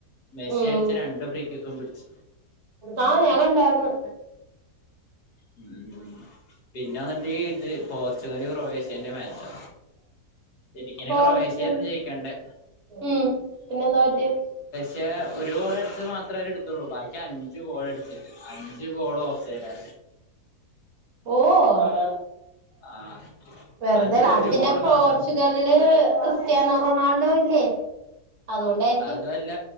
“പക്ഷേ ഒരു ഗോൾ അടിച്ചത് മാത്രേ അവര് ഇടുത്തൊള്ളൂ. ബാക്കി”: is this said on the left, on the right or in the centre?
Left